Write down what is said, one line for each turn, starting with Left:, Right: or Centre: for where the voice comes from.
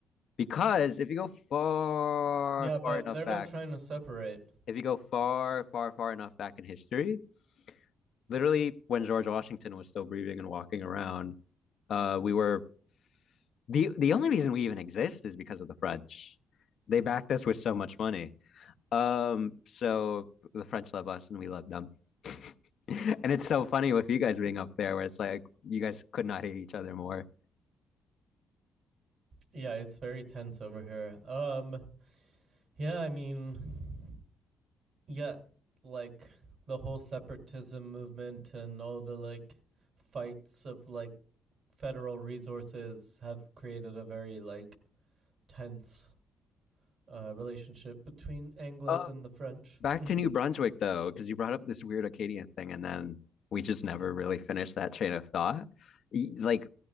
Left: because if you go far,
Right: Yeah, but
Left: far enough
Right: they're
Left: back,
Right: not trying to separate.
Left: if you go far, far, far enough back in history, literally when George Washington was still breathing and walking around, uh, we were the the only reason we even exist is because of the French. They backed us with so much money. Um, so the French love us and we love them. <laughs> and it's so funny with you guys being up there where it's like you guys could not hate each other more.
Right: Yeah, it's very tense over here. Um yeah, I mean yet like the whole separatism movement and all the like fights of like federal resources have created a very like tense uh, relationship between Anglo's
Left: Uh,
Right: and the French.
Left: back
Right: hmm
Left: to New Brunswick though, because you brought up this weird Acadian thing and then we just never really finished that chain of thought. Like